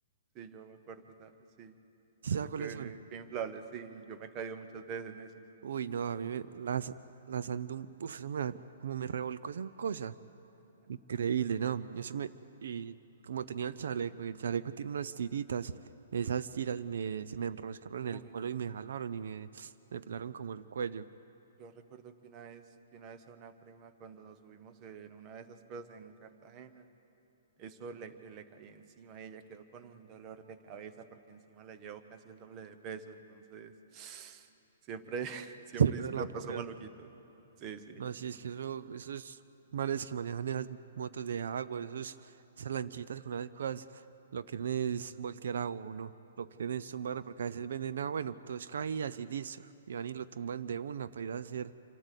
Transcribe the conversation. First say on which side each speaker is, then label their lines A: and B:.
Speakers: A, on the right (about 20°); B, on the right (about 65°).
A: sí, yo me acuerdo, o sí,
B: ¿Sí
A: yo
B: sabes
A: sé
B: cuáles
A: que,
B: son?
A: que inflable, sí, yo me he caído muchas veces en esos.
B: Uy, no, a mí me, las, las ando... un- Uf, eso me da- como me revolcó esa cosa. Increíble, ¿no? Eso me... Y como tenía el chaleco, y el chaleco tiene unas tiritas, esas tiras me, se me enroscaron en
A: Uy,
B: el cuello y me jalaron y me, me pelaron como el cuello.
A: yo recuerdo que una vez, que una vez a una prima cuando nos subimos en una de esas cosas en Cartagena, Eso le, le cayó encima y ella quedó con un dolor de cabeza porque encima la llevó casi el doble de peso. Entonces, <sniffs> <sighs> siempre, <laughs> siempre
B: Siempre
A: sí
B: la
A: la pasó
B: porreo.
A: maluquito. Sí, sí,
B: No, sí, es que eso, esos mares que manejan esas motos de agua, esos, esas lanchitas con esas cosas, lo quieren es voltear a uno, lo quieren es tumbar, porque a veces venden, ah, bueno, dos caídas y listo, y van y lo tumban de una para ir a hacer